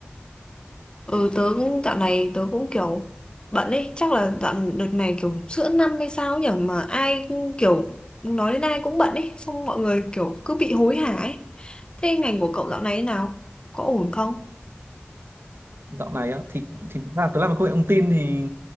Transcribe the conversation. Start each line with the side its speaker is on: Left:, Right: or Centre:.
Left: Ừ, tớ cũng dạo này tớ cũng kiểu bận ấy, chắc là dạo đợt này kiểu giữa năm hay sao nhỉ mà ai cũng kiểu nói đến ai cũng bận ấy, xong mọi người kiểu cứ bị hối hả ấy. Thế ngành của cậu dạo này thế nào? Có ổn không?
Right: dạo này á thì thì là tôi làm công nghệ thông tin thì